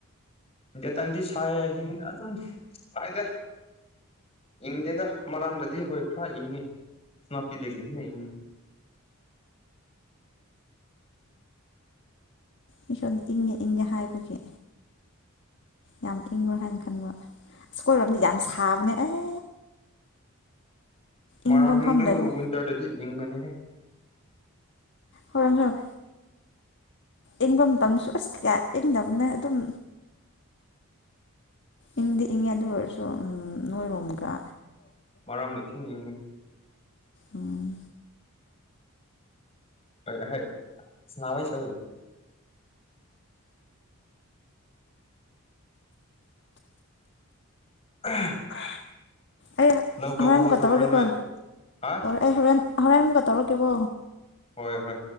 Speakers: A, on the left (about 25°); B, on the left (about 50°).
A: ꯏꯟ ꯗꯦ ꯇꯥꯟꯗꯤ ꯁꯥꯏꯍꯤꯡ ꯑꯗꯨꯝ ꯀꯥꯏꯗ ꯏꯪꯗꯦꯗ ꯃꯔꯥꯝꯗꯗꯤ ꯍꯣꯏ ꯈꯔ ꯏꯪꯉꯤ ꯅꯥꯄꯤꯗꯒꯤ ꯍꯅ ꯏꯪꯉꯤ
B: ꯃꯤꯁꯣꯟꯝꯗ ꯏꯪꯉꯦ ꯏꯪꯉꯦ ꯍꯥꯏꯕꯒꯤ ꯌꯥꯝ ꯏꯪꯉꯣ ꯍꯥꯏꯅ ꯈꯟꯕ ꯑꯀꯣꯏꯔꯣꯝꯗꯤ ꯌꯥꯝ ꯁꯥꯕꯅꯦ ꯑꯦ
A: ꯃꯔꯝꯗꯨ
B: ꯏꯪꯕ ꯃꯐꯝ ꯂꯩꯕ
A: ꯋꯤꯟꯇꯔꯗꯗꯤ ꯏꯪꯒꯅꯤ
B: ꯍꯔꯝꯅ ꯏꯪꯕ ꯃꯇꯝꯁꯨ ꯑꯁ ꯀꯌꯥ ꯏꯪꯗꯕꯅ ꯑꯗꯨꯝ ꯏꯪꯗꯤ ꯏꯪꯉꯦ ꯑꯗꯨ ꯑꯣꯏꯔꯁꯨ ꯎꯝ ꯅꯣꯏꯂꯣꯝꯒ
A: ꯃꯔꯥꯝꯅ ꯊꯤꯅꯤꯡꯅꯤꯡꯕꯅꯤ
B: ꯎꯝ
A: ꯍꯣꯏ ꯁꯅꯥꯕ ꯁ <unintelligible>
B: ꯑꯩ
A: ꯂꯧꯧ ꯇꯧꯕ
B: ꯍꯣꯔꯦꯟ ꯑꯃꯨꯛꯀ
A: ꯍꯧꯈ꯭ꯔꯕ꯭ꯔꯥ
B: ꯇꯧꯔꯛꯀꯦꯀꯣ
A: ꯅꯣꯏ ꯑ
B: ꯑꯩ ꯍꯣꯔꯦꯟ ꯍꯣꯔꯦꯟ ꯑꯃꯨꯛꯒ ꯇꯧꯔꯛꯒꯦꯕꯣ
A: ꯍꯣꯏ ꯍꯣꯏ